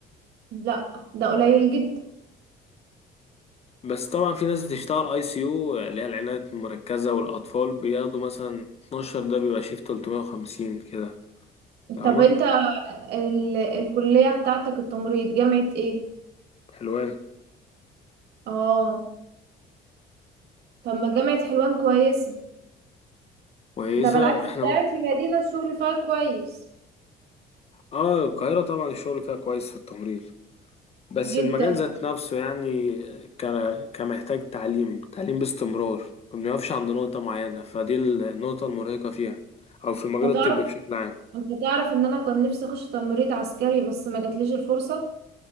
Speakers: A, on the right; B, on the left.
A: لا ده قليل جدا
B: بس طبعا في ناس بتشتغل اي سي يو اللي هي العنايه المركزه والاطفال بياخدوا مثلا 12 ده بيبقى شيفت 350 كده فاهمه
A: طب انت ال... الكلية بتاعتك التمريض جامعة ايه
B: حلوان
A: اه طب ما جامعة حلوان كويسة
B: كويسه
A: ده بالعكس
B: احنا
A: بتاعت
B: م-
A: في مدينة الشغل فيها كويس
B: اه القاهره طبعا الشغل فيها كويس في التمريض بس
A: جدا
B: المجال ذات نفسه يعني ك- كمحتاج تعليم تعليم باستمرار ما بنقفش عند نقطة معينة فدي النقطة المرهقة فيها أو في المجال
A: انت
B: الطبي
A: تعرف
B: بشكل عام
A: انت تعرف ان انا كان نفسي اخش تمريض عسكري بس ما جاتليش الفرصة